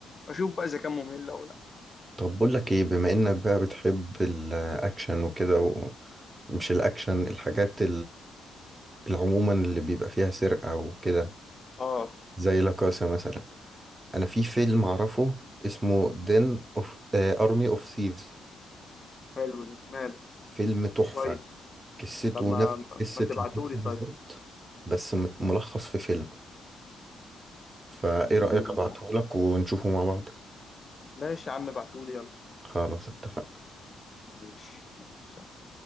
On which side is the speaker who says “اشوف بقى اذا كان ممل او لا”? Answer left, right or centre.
Left